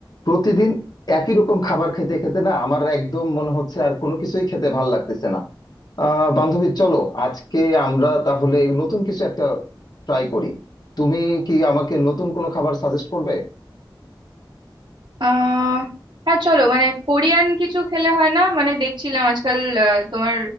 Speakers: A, on the left; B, on the right.
A: প্রতিদিন একই রকম খাবার খেতে খেতে না আমার একদম মনে হচ্ছে আর কোনো কিছুই খেতে ভাল লাগতেছে না আহ বান্ধবী চলো আজকে আমরা তাহলে নতুন কিছু একটা ট্রাই করি তুমি কি আমাকে নতুন কোনো খাবার সাজেস্ট করবে
B: আহ হ্যাঁ চলো মানে কোরিয়ান কিছু খেলে হয় না মানে দেখছিলাম আজকাল আহ, তোমার